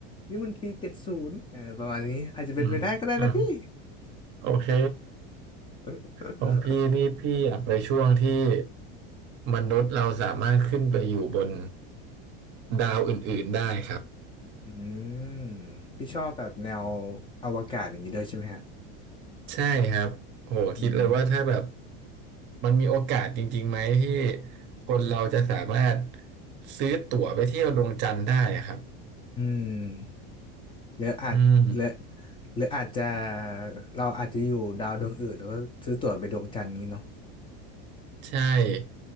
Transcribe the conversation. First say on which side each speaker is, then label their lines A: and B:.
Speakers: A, on the left; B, on the right.
A: นี่มันปีเจ็ดศูนย์ประมาณนี้อาจจะเป็นไปได้ก็ได้นะพี่
B: อืมอ่ะโอเค
A: <laughs>
B: ของพี่นี่พี่อยากไปช่วงที่มนุษย์เราสามารถขึ้นไปอยู่บนดาวอื่นๆได้ครับ
A: อืมพี่ชอบแบบแนวอวกาศอย่างนี้ด้วยใช่ไหมฮะ
B: ใช่ครับโหคิดเลยว่าถ้าแบบ
A: อืม
B: มันมีโอกาสจริงๆไหมที่คนเราจะสามารถซื้อตั๋วไปเที่ยวดวงจันทร์ได้อะครับ
A: อืมหรืออาจหรือ
B: อืม
A: หรืออาจจะเราอาจจะอยู่ดาวดวงอื่นแล้วก็ซื้อตั๋วไปดวงจันทร์นี้เนาะ
B: ใช่